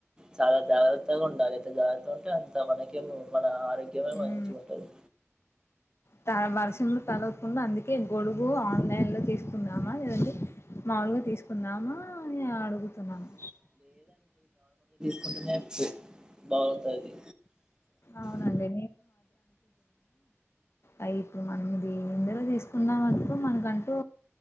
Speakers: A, on the right (about 15°); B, on the left (about 60°).
A: చాలా జాగ్రత్తగా ఉండాలి ఎంత జాగ్రత్తగ ఉంటే అంత మనకి మన ఆరోగ్యమే
B: ఉమ్
A: మంచిగ ఉంటది
B: త వర్షం లో తడవ కుండా అందుకే గొడుగు ఆన్లైన్ లో తీసుకుందామా లేదంటే మాములుగా తీసుకుందామా అని అడుగుతున్నాము
A: కుంటునే <unintelligible> బాగుంటది
B: అవునండి అ ఇప్పుడు మనం దినీ నెంబర్ తీసుకుందాం అనుకో మనకంటూ